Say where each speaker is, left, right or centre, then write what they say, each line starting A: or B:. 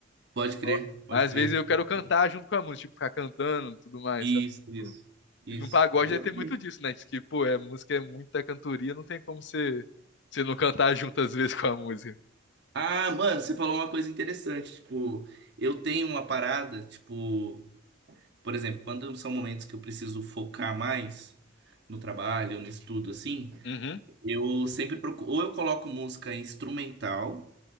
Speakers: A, on the right; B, on the left.
A: Pode
B: Só-
A: crer, pode
B: Mas às
A: crer.
B: vezes eu quero cantar junto com a música, tipo, ficar cantando e tudo mais,
A: Isso,
B: sabe?
A: isso.
B: Tipo,
A: Isso,
B: E no pagode
A: exatamente.
B: aí tem muito disso, né? Diz que, pô, é música, é muita cantoria, não tem como você, você não cantar junto às vezes com a música.
A: Ah, mano, você falou uma coisa interessante. Tipo, eu tenho uma parada, tipo, por exemplo, quando são momentos que eu preciso focar mais no trabalho, no estudo, assim,
B: Uhum,
A: eu sempre procuro, ou eu coloco música instrumental,